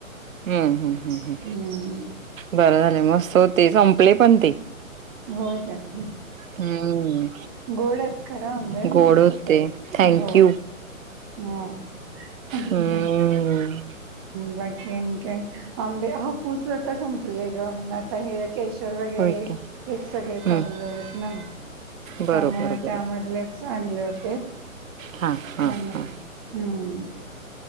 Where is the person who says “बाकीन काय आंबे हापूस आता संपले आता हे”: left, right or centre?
Right